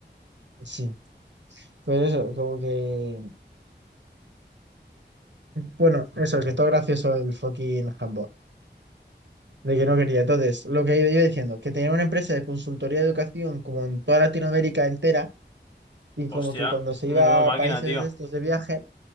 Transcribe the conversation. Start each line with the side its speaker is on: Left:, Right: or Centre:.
Right: sí, pues eso, como que. Bueno, eso, que todo gracioso el fucking Hambo. De que no quería. Entonces, lo que yo iba diciendo, que tenía una empresa de consultoría de educación como en toda Latinoamérica entera, y como
Left: Hostia,
Right: que cuando se iba
Left: menudo máquina,
Right: a países
Left: tío.
Right: de estos de viaje